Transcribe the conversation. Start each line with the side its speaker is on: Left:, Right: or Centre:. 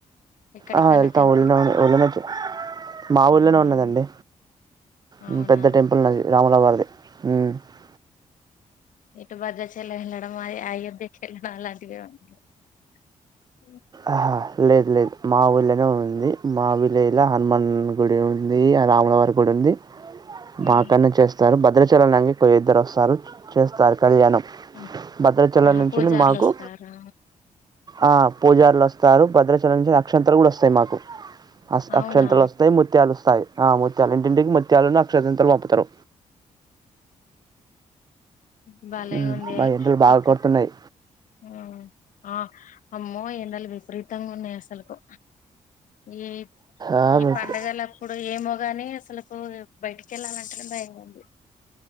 Left: ఎక్కడికన్నా
Right: ఆ వెళ్తాం
Left: టెంపుల్స్
Right: ఉళ్ళ
Left: కి
Right: ఉళ్ళనేకి మా ఊళ్ళనే
Left: అవునా
Right: ఉన్నదండి
Left: అవునా
Right: ఉమ్ పెద్ద టెంపుల్ ఉన్నది రాముల వారిది ఉమ్.
Left: ఇటు భద్రాచలం ఎల్లడం అయి అయోధ్యకి కెల్లడం లాంటివే ఎమన్నా ఉందా
Right: ఆహా లేద్ లేద్ మావుళ్లనే ఉంది మావిలేజ్ లా హనుమన్ గుడి ఉంది రాములవారి ఉంది
Left: ఉమ్,
Right: బా కన్నా చేస్తారు భద్రాచలం లంగికో ఇద్దరు వస్తారు చేస్తారు కళ్యాణం
Left: ఆ
Right: భద్రాచలం
Left: ఆహా
Right: నుంచి
Left: పూజార్లు
Right: ఎల్లి మాకు
Left: వస్తారా
Right: ఆ పూజారులు వస్తారు భద్రాచలం నుంచి అక్షింతలు కూడా వస్తాయి మాకు అస్
Left: అవునా
Right: అక్షంతలు వస్తాయి ముత్యాలు వస్తాయి ఆ ముత్యాలు ఇంటింటికి ముత్యాలున్ను అక్షంతాలు పంపుతరు
Left: ఉహ్ బాలే
Right: హ్మ్.
Left: ఉంది
Right: బా ఎండలు బాగా
Left: ఇక్
Right: కొడుతున్నాయి.
Left: ఆ అ అమ్మో ఎండలు విపరీతంగ ఉన్నాయి అసలుకు ఈ
Right: ఆ!
Left: ఈ
Right: మీకు
Left: పండగలప్పుడు ఏమో గాని అసలకు బయటికి వెళ్ళాలంటే భయంగుంది